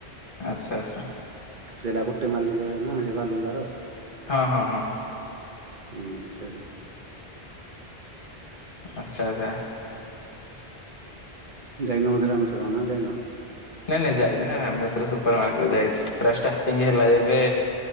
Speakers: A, on the left (about 55°); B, on the right (about 50°).
A: ଆଚ୍ଛା ଆଚ୍ଛା।
B: ସେଲା ଗୋଟେ ମାଲିକ ହେଇ ନା। ଏ ବାଲଗୁଦାର।
A: ହଁ ହଁ ହଁ।
B: ହୁଁ, ସେଇଟା।
A: ଆଚ୍ଛା ଆଚ୍ଛା
B: ଯାଇନ ମଝିରେ ରାମେଶ୍ୱରମ ନ ଯାଇନ?
A: ନାଇଁ ନାଇଁ ଯାଇଚିନା ରାମେଶ୍ୱର ସୁପର ମାର୍କେଟ ଯାଇଚି ପୁରା ଷ୍ଟାର୍ଟିଂ ହେଲା ଯେବେ